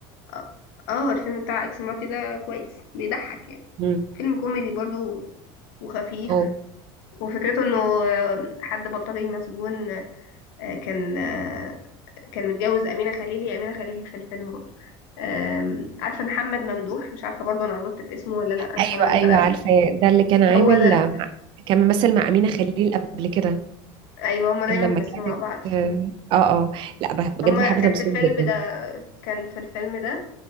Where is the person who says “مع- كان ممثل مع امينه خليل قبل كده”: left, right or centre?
Right